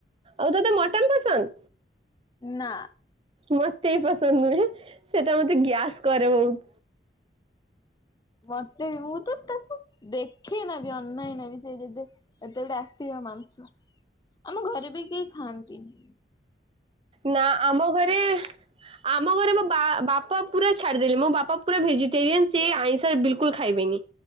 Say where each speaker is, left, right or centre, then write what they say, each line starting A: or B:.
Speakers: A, on the right; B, on the left.
A: ଆଉ ତୋତେ ମଟନ ପସନ୍ଦ?
B: ନା
A: ମତେ ବି ପସନ୍ଦ ନୁହେଁ, ସେଟା ମତେ ଗ୍ୟାସ୍ କରେ ବହୁତ୍।
B: ମତେ ବି ମୁଁ ତ ତାକୁ ଦେଖେନା ବି ଅନାଏନା ବି ସେ ଯେବେ ଏତେ ଗୁଡେ ଆସିଥିବ ମାଂସ, ଆମ ଘରେ ବି କେହି ଖାଆନ୍ତି ନି।
A: ନା ଆମ ଘରେ ଆମ ଘରେ ମୋ ବା ବାପା ପୁରା ଛାଡିଦେଲି ମୋ ବାପା ପୁରା ଭେଜିଟେରିଆନ୍ ସେ ଆଇଁଶ ବିଲକୁଲ ଖାଇବେନି।